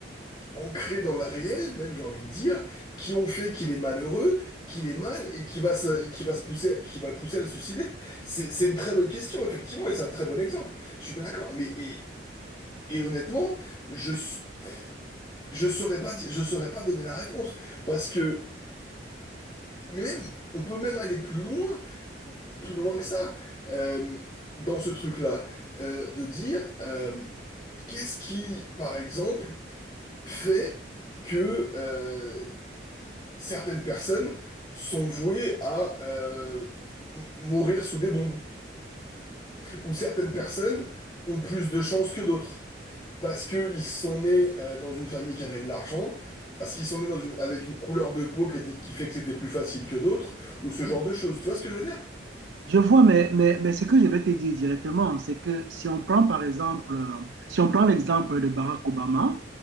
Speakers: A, on the left; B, on the right.
A: ancré dans le réel, même j'ai envie de dire, qui ont fait qu'il est malheureux, qu'il est mal et qui va se, et qui va se pousser, qui va le pousser à le suicider. C'est, c'est une très bonne question, effectivement, et c'est un très bon exemple. Je suis bien d'accord. Mais et, et honnêtement, je s- je saurais pas, di- je saurais pas donner la réponse parce que mais même on peut même aller plus loin, plus loin que ça. euh, dans ce truc-là, euh, de dire euh, qu'est-ce qui, par exemple, fait que euh, certaines personnes sont vouées à euh, m- mourir sous des bombes, ou certaines personnes ont plus de chances que d'autres, parce qu'ils sont nés euh, dans une famille qui avait de l'argent, parce qu'ils sont nés dans une, avec une couleur de peau qui était, qui fait que c'était plus facile que d'autres, ou ce genre de choses. Tu vois ce que je veux dire?
B: Je vois, mais, mais, mais ce que je vais te dire directement, c'est que si on prend par exemple, euh, si on prend l'exemple de Barack Obama,